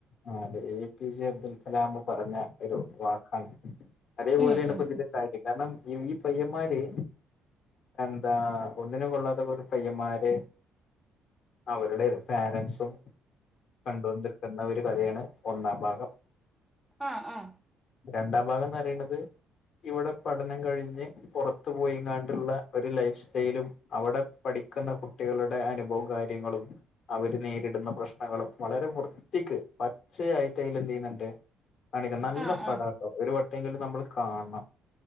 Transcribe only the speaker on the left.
ആഹ് അതെ A P J Abdul Kalam പറഞ്ഞ ഒരു വാക്കാണ് അതേ പോലെയാണ്
ഇപ്പ ഇതിന്റെ
<unintelligible> കാരണം ഈ പയ്യന്മാര് എന്താ ഒന്നിനും കൊള്ളാത്ത കൊറേ പയ്യന്മാര് അവരുടെ പാരൻസും കണ്ടോണ്ട് നിക്കുന്നവര് <unintelligible> കഥേണ് ഒന്നാം ഭാഗം
രണ്ടാം ഭാഗം എന്ന് പറേണത് ഇവിടെ പഠനം കഴിഞ്ഞ് പൊറത്തു പോയിങ്ങാണ്ട്ള്ള ഒരു ലൈഫ് സ്റ്റൈലും അവടെ പഠിക്കുന്ന കുട്ടികളുടെ അനുഭവോം കാര് <unintelligible> അവര് നേരിടുന്ന പ്രശ്നങ്ങളും വളരെ വൃ ത്തിക്ക് പച്ചയായിട്ട് അയില് എന്ത് ചെയ്യ്ന്ന്ണ്ട് <unintelligible> നല്ല
പടാ ഒരു വട്ടേങ്കിലും നമ്മള് കാണണം